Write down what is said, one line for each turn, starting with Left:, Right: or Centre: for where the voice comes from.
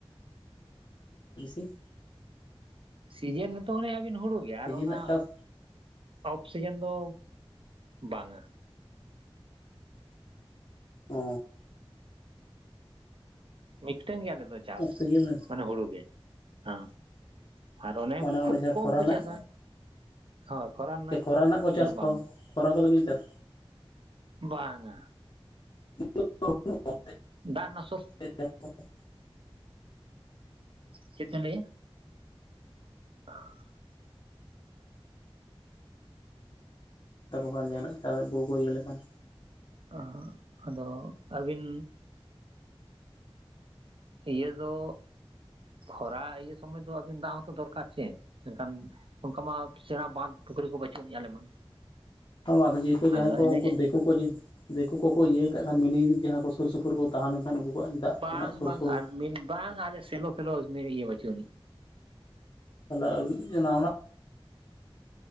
Left: <unintelligible> <unintelligible>
Right: ᱥᱤᱡᱮᱱ ᱨᱮ ᱛᱚ ᱚᱱᱮ ᱟᱹᱵᱤᱱ ᱦᱩᱲᱩ ᱜᱮ
Left: ᱥᱤᱡᱤᱱ
Right: ᱟᱨ ᱚᱱᱟᱼᱼ
Left: ᱨᱮᱱᱟᱜ ᱪᱟᱥ
Right: ᱚᱯᱷ ᱥᱤᱡᱮᱱ ᱫᱚ ᱵᱟᱝᱼᱟ᱾
Left: ᱚᱻ
Right: ᱢᱤᱫ ᱴᱮᱱ ᱜᱮ ᱟᱞᱮ ᱫᱚ ᱪᱟᱥ
Left: ᱥᱤᱡᱤᱱ ᱨᱮ
Right: ᱢᱟᱱᱮ ᱦᱩᱲᱩ ᱜᱮ ᱦᱮᱸ ᱟᱨ ᱚᱱᱮ
Left: ᱢᱟᱱᱮ
Right: ᱠᱷᱩᱵ
Left: ᱡᱟᱦᱟᱸ
Right: ᱠᱚᱢ
Left: ᱠᱷᱚᱨᱟ
Right: ᱠᱚ
Left: ᱨᱮᱱᱟᱜ
Right: ᱪᱟᱥᱼᱟ᱾ ᱦᱳᱭ ᱠᱷᱚᱨᱟ ᱨᱮᱱᱟᱜ
Left: ᱪᱮ ᱠᱚ ᱪᱟᱥ
Right: ᱫᱚ ᱵᱟᱝᱼᱟ᱾
Left: ᱠᱚ ᱠᱷᱚᱨᱟ ᱠᱚᱫᱚ ᱵᱤᱱ ᱪᱟᱥ
Right: ᱵᱟᱝᱼᱟ᱾
Left: <unintelligible>
Right: ᱫᱟᱜ ᱨᱮᱱᱟᱜ ᱥᱳᱨᱥ ᱪᱮᱫ ᱫᱮᱧ ᱞᱟᱹᱭᱼᱟ? <inaudible>
Left: ᱛᱟᱠᱚ ᱠᱷᱟᱱ ᱡᱟᱦᱟᱱᱟᱜ <inaudible> ᱠᱚ ᱤᱭᱟᱹ ᱞᱮᱠᱷᱟᱱ᱾
Right: ᱚ ᱟᱫᱚ ᱟᱹᱵᱤᱱᱼᱼ ᱤᱭᱟᱹ ᱫᱚ ᱠᱷᱚᱨᱟ ᱤᱭᱟᱹ ᱥᱚᱢᱚᱭ ᱫᱚ ᱟᱹᱵᱤᱱ ᱫᱟᱜ ᱦᱚᱛᱚ ᱫᱚᱨᱠᱟᱨ ᱪᱮᱫ ᱢᱮᱱᱠᱷᱟᱱᱼᱼ ᱚᱱᱠᱟ ᱢᱟ ᱥᱮᱬᱟ ᱵᱟᱸᱫᱷ ᱯᱩᱠᱷᱨᱤ ᱠᱚ ᱵᱟᱹᱪᱩᱜ ᱟᱱᱤᱡ ᱟᱞᱮ ᱢᱟ᱾
Left: ᱟᱫᱚ ᱡᱮᱦᱮᱛᱩ ᱡᱟᱦᱟᱸᱭ
Right: ᱟᱫᱚ
Left: ᱠᱚ
Right: ᱮᱱᱮ
Left: ᱩᱱᱠᱩ ᱫᱤᱠᱩ ᱠᱚ ᱫᱤᱠᱩ ᱠᱚᱠᱚ ᱤᱭᱟᱹ ᱠᱟᱜ ᱠᱷᱟᱱ ᱢᱤᱱᱤ ᱡᱟᱦᱟᱸ ᱠᱚ ᱥᱩᱨ ᱥᱩᱯᱩᱨ ᱠᱚ ᱛᱟᱦᱮᱸ ᱞᱮᱱᱠᱷᱟᱱ ᱩᱱᱠᱩ ᱠᱚᱣᱟᱜ ᱪᱮᱫᱟᱜ
Right: ᱵᱟᱝ
Left: ᱥᱮᱱᱟ ᱥᱩᱨ
Right: ᱵᱟᱝ
Left: ᱥᱩᱨ᱾
Right: ᱟᱨ ᱢᱤᱱ ᱵᱟᱝ ᱟᱞᱮ ᱥᱮᱞᱚ ᱯᱷᱮᱞᱚ ᱤᱭᱟᱹ ᱵᱟᱹᱪᱩᱜ ᱟᱹᱱᱤᱡ᱾
Left: <unintelligible>